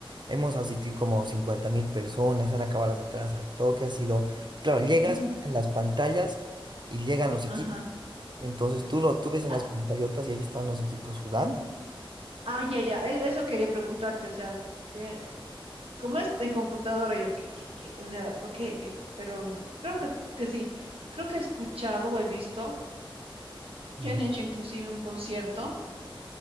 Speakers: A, on the right (about 55°); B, on the right (about 85°).
A: Hemos asistido como cincuenta mil personas, se han acabado las entradas al toque, ha sido. Claro, llegas
B: Ya.
A: en las pantallas y llegan los equipos.
B: Ajá.
A: Entonces tú lo, tú ves en
B: Ah,
A: las pantallotas y ahí están los equipos jugando.
B: ah, ya, ya. e- Eso quería preguntarte, o sea. Ver, como es en computadora, yo, ¿qué, qué, qué? O sea, ¿por qué? ¿Qué? Pero creo que, que sí, creo que he escuchado o he visto que
A: Ujú.
B: han hecho inclusive un concierto,